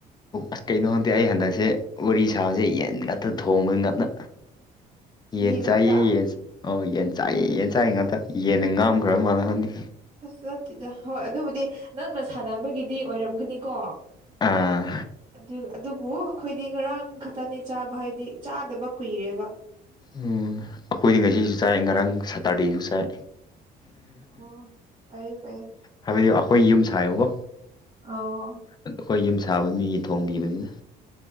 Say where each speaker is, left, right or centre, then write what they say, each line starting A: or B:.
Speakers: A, on the left; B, on the right.
A: ꯑꯁ ꯀꯩꯅꯣ ꯍꯟꯗꯦ ꯑꯩ ꯍꯟꯗꯛꯁꯦ ꯋꯥꯔꯤ ꯁꯥꯕꯁꯦ ꯌꯦꯟ ꯉꯥꯛꯇ ꯊꯣꯡꯕ ꯉꯥꯛꯇ
B: <inaudible>
A: ꯌꯦꯟ
B: ꯉꯥꯛꯇ
A: ꯆꯥꯏꯌꯦ ꯌꯦꯟ ꯑꯣ ꯌꯦꯟ ꯆꯥꯏꯌꯦ ꯌꯦꯟ ꯆꯥꯏ ꯉꯥꯛꯇ ꯌꯦꯟꯟꯅ ꯉꯝꯈ꯭ꯔ ꯃꯥꯜꯂꯦ ꯍꯪꯗꯤ
B: ꯑꯁ ꯆꯠꯇꯦꯗ ꯍꯣꯏ ꯑꯗꯨꯕꯨꯗꯤ ꯅꯪꯅ ꯁꯥꯟꯅꯕꯒꯤꯗꯤ ꯑꯣꯏꯔꯝꯒꯅꯤꯀꯣ
A: ꯑꯥ
B: ꯑꯗꯨ ꯑꯗꯨꯕꯨ ꯑꯩꯈꯣꯏꯗꯤ ꯉꯔꯥꯡ ꯈꯛꯇꯅꯦ ꯆꯥꯕ ꯍꯥꯏꯗꯤ ꯆꯥꯗꯕ ꯀꯨꯏꯔꯦꯕ
A: ꯎꯝ ꯑꯩꯈꯣꯏꯗꯤ ꯉꯁꯤꯁꯨ ꯆꯥꯏ ꯉꯔꯥꯡ ꯁꯥꯇꯔꯗꯦꯁꯨ ꯆꯥꯏ
B: ꯑꯣ ꯐꯩꯌꯦ ꯐꯩꯌꯦ
A: ꯍꯥꯏꯕꯗꯤ ꯑꯩꯈꯣꯏ ꯌꯨꯝ ꯁꯥꯏꯌꯨꯀꯣ
B: ꯑ
A: ꯑꯩꯈꯣꯏ ꯌꯨꯝ ꯁꯥꯕ ꯃꯤꯒꯤ ꯊꯣꯡꯕꯤꯕꯅꯤꯅ